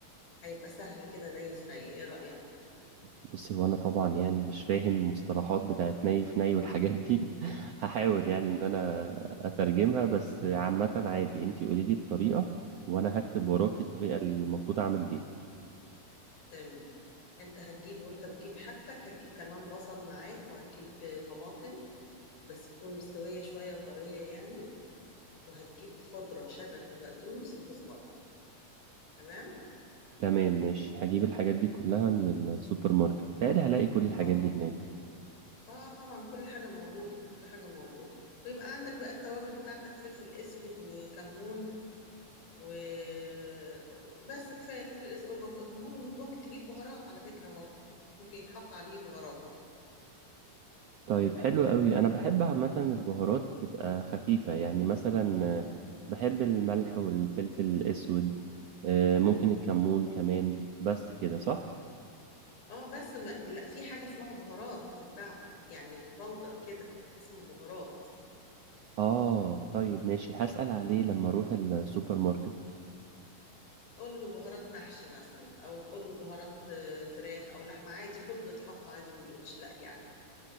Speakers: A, on the left; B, on the right.
A: هيبقى سهل كده ني في ني ايه رايك
B: بصي هو انا طبعا يعني مش فاهم مصطلحات بتاعت ني في ني والحاجات دي <laughs> هحاول
A: مم.
B: يعني ان انا اترجمها بس عامة عادي انتي قولي لي الطريقة وانا هكتب وراكي
A: مم.
B: الطريقة اللي المفروض اعمل بيها
A: تمام انت هتجيب وانت بتجيب حاجتك هتجيب كمان بصل معاك وهتجيب آه، طماطم بس تكون مستويه شويه وطريه يعني وهتجيب خضره شبت وبقدونس وكزبره تمام
B: تمام ماشي هجيب الحاجات دي كلها من السوبر ماركت بتهيألي هلاقي كل الحاجات
A: اه
B: دي هناك
A: اه طبعا كل حاجة موجودة كل حاجة موجودة ويبقى عندك بقى التوابل بتاعتك فلفل اسود وكمون وبس كفاية كفاية الاسود وك- كمون ممكن تجيب بهارات على فكرة برضه ممكن يتحط عليه بهارات
B: طيب حلو قوي انا بحب عامة البهارات تبقى خفيفة يعني مثلا آه، بحب الملح والفلفل الاسود آه، ممكن الكمون كمان بس كده صح
A: اه بس ما... لا في حاجة اسمها بهارات بتتباع يعني بودر كده اسمه بهارات
B: اه طيب ماشي هسأل
A: مم.
B: عليه لما اروح السوبر
A: اه
B: ماركت
A: قول له بهارات محشي مثلا او قول له بهارات آه، فراخ او لحمة عادي كله بيتحط عادي ما بيقولش لا يعني